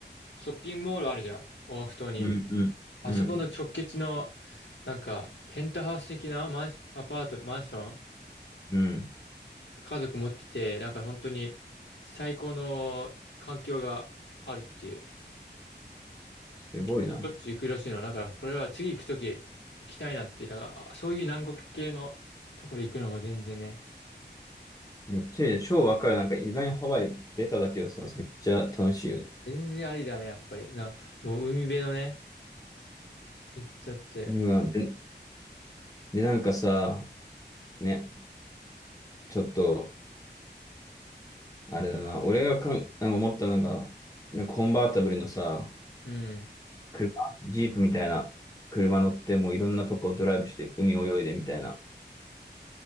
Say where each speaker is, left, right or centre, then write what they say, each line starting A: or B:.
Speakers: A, on the left; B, on the left.
A: ショッピングモールあるじゃん。オアフ島に。
B: うん
A: あそこの直結の、
B: うん、うん、
A: なんか、ペンタハウス的なマンシ、アパート、マンション、
B: うん。
A: 家族持ってて、だから本当に最高の環境があるっていう。
B: すごいな。
A: しょっちゅう行くらしいの。だから、これは次行くとき行きたいなって言ったから、そういう南国系のところ行くのも全然ね、
B: めっちゃいいね。超わかる。なんか意外にハワイベタだけどさ、めっちゃ楽しいよね。
A: 全然ありだね、やっぱり。な、もう海辺のね、行っちゃって。
B: うわで、で、なんかさ、ね、ちょっと、あれだな。俺がかん、なんか思ったのが、なんかコンバータブルのさ、
A: うん、
B: 車、ジープみたいな車乗ってもういろんなとこドライブして海泳いでみたいな。